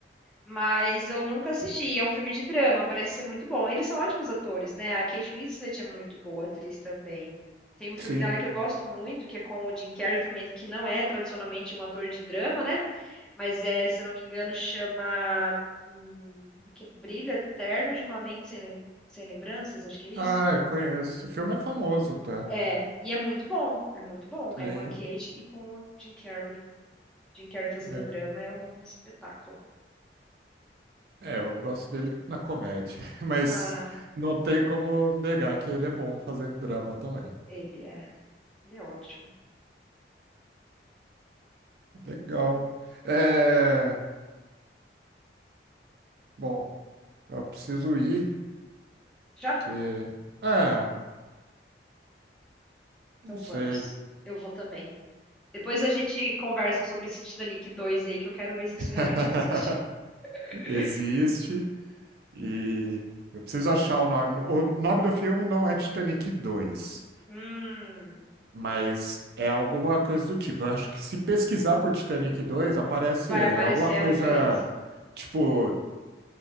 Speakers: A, in the centre; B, on the right.
A: Mas eu nunca assisti. É um filme de drama, parece ser muito bom. Eles são ótimos atores, né? A Kate Winslet é muito boa atriz também. Tem um filme
B: Sim.
A: dela que eu gosto muito, que é com o Jim Carrey também, que não é tradicionalmente um ator de drama, né? Mas é, se eu não me engano, chama hum, como é que é Brilho Eterno de uma Mente Sem Lem- Sem Lembranças, acho que é isso.
B: Ah, eu conheço. Esse filme é famoso, tá?
A: É, e é muito bom, é muito bom.
B: Sim.
A: É com a Kate e com o Jim Carrey. Jim Carrey fazendo
B: É,
A: drama é um espetáculo.
B: é, eu gosto dele na comédia, <laughs> mas
A: Ah,
B: não tem como negar que ele é bom fazendo drama também.
A: ele é, ele é ótimo.
B: Legal. É, bom, eu preciso ir,
A: Já?
B: porque. Ah,
A: Então
B: não sei.
A: vamos. Eu vou também. Depois a gente conversa sobre esse Titanic 2 aí, que eu quero ver se isso
B: <laughs>
A: realmente existe. <laughs>
B: Existe e eu preciso achar o nome. O nome do filme não é Titanic dois,
A: Hum,
B: mas é alguma coisa do tipo. Eu acho que se pesquisar por Titanic dois aparece
A: vai
B: ele.
A: aparecer
B: É alguma coisa
A: a referência.
B: tipo